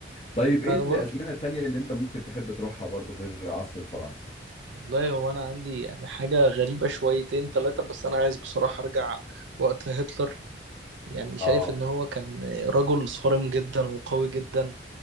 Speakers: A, on the left; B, on the right.
A: طيب ايه
B: انا
A: الازمنه
B: برضه
A: التانيه اللي انت ممكن تحب تروحها برضو غير عصر الفراعنه
B: والله هو انا عندي يعني حاجه غريبه شويتين ثلاثه بس انا عايز بصراحه ارجع وقت هتلر يعني شايف
A: اه
B: ان هو كان رجل صارم جدا وقوي جدا